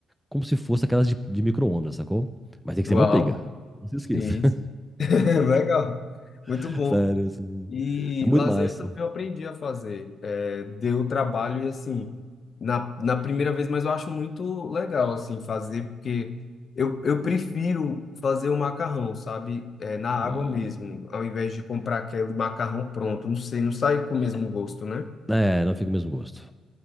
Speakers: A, in the centre; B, on the left (about 45°).
A: como se fosse aquelas de, de micro-ondas, sacou? Mas tem que
B: uau.
A: ser manteiga, não se esqueça.
B: Sim, sim. <laughs> Legal. Muito
A: <laughs>
B: bom.
A: Sério, assim.
B: E
A: É muito
B: lasanha
A: massa.
B: também eu aprendi a fazer. É, deu trabalho e assim, na, na primeira vez, mas eu acho muito legal assim fazer, porque eu, eu prefiro fazer o macarrão, sabe? É, na água
A: Hum.
B: mesmo, ao invés de comprar aquele macarrão pronto. Não sei, não sai com o mesmo gosto, né?
A: É, não fica o mesmo gosto.